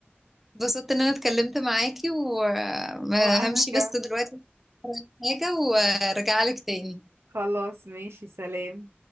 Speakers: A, in the centre; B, on the right.
A: اتبسطت ان انا اتكلمت معاكي وهمشي
B: وانا كمان
A: بس دلوقتي في حاجة وارجع لك تاني
B: خلاص ماشي سلام